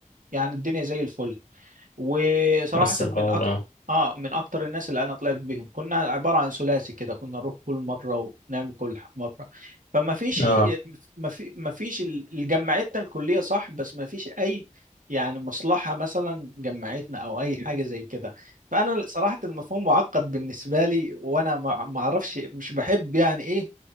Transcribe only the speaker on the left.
نفس
الحوار
اه
اه